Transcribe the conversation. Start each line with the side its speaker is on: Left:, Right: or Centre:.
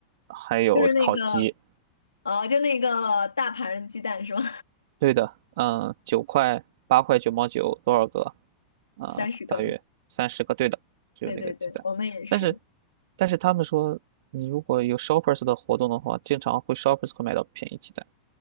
Right: 还有烤鸡。
Left: 就是那个，哦，就那个大盘鸡蛋是吗？
Right: 对的，嗯，九块、八块、九毛九，多少个？
Left: <laughs>
Right: 啊、
Left: 三十个。
Right: 大约三十个。对的，只有那个鸡蛋。
Left: 对对对，我们也是。
Right: 但是，但是他们说，你如果有 Shoppers 的活动的话，经常会 Shoppers 会买到便宜鸡蛋。